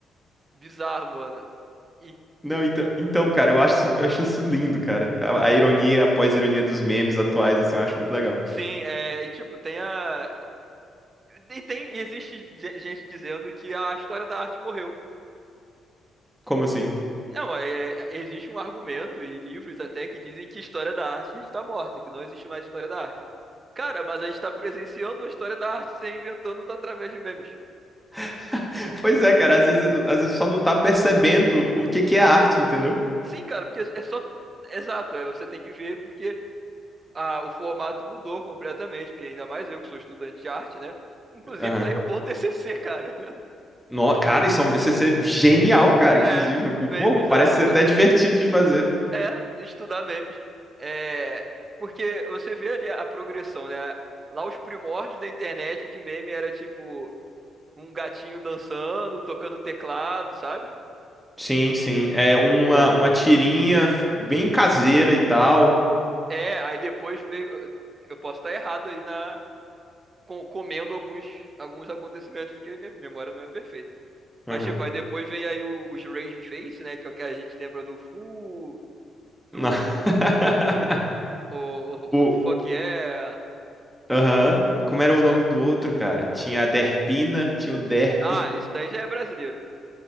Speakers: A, on the right; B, in the centre.
A: Bizarro, mano. E
B: Não, então, então, cara, eu acho, isso- eu acho isso lindo, cara. A, a ironia, a pós-ironia dos memes atuais, assim, eu acho muito legal.
A: Sim, é, e, tipo, tem a. E tem, e existe ge- gente dizendo que a história da arte morreu.
B: Como assim?
A: Não, é- é- existe um argumento e livros até que dizem que história da arte está morta, que não existe mais história da arte. Cara, mas a gente está presenciando a história da arte se inventando através de memes.
B: <laughs> Pois é, cara, às vezes, às vezes só não tá percebendo o que que é arte, entendeu?
A: Sim, cara, porque é só. Exato, é, você tem que ver porque a, o formato mudou completamente, porque ainda mais eu que sou estudante de arte, né? Inclusive,
B: Aham.
A: tá aí um bom TCC, cara. <laughs>
B: No- cara, isso é um DCC genial, cara, inclusive.
A: É, memes,
B: Pô, parece
A: a,
B: ser até divertido de fazer.
A: É, estudar memes. É, porque você vê ali a progressão, né? Lá os primórdios da internet, que meme era tipo um gatinho dançando, tocando teclado, sabe?
B: Sim, sim. É uma, uma tirinha bem caseira e tal.
A: É, aí depois veio. Eu posso estar errado aí na. com- Comendo alguns, alguns acontecimentos, porque minha memória não é perfeita. Mas,
B: Aham.
A: tipo, aí depois vem aí o- os Rage Face, né? Que é o que a gente lembra do Fu, do.
B: Não. <laughs>
A: O, o, o Fuck
B: O,
A: Yeah.
B: Aham. Como era
A: que
B: o
A: mais?
B: nome do outro, cara? Tinha a Derpina, tinha o Derp.
A: Ah, isso daí já é brasileiro, pô.